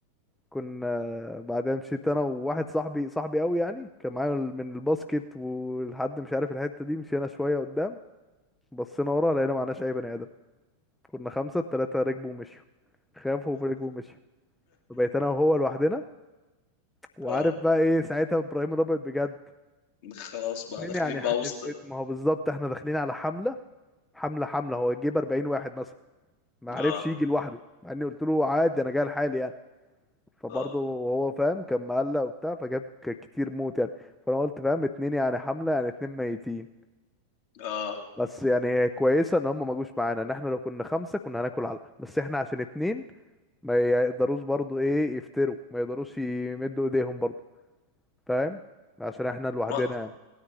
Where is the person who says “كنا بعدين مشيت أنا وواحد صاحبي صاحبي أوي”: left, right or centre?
Centre